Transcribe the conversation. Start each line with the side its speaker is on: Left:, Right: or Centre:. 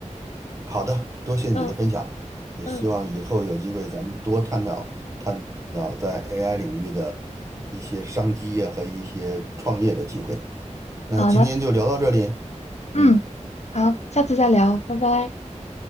Right: 好的，多谢你的分享，
Left: 嗯
Right: 也希望以后有机会咱们多探讨探讨在
Left: 嗯。
Right: AI 领域的一些商机呀、和一些创业的机会。那今天就聊到这里，
Left: 好的，嗯，
Right: 嗯。
Left: 好，下次再聊，拜拜。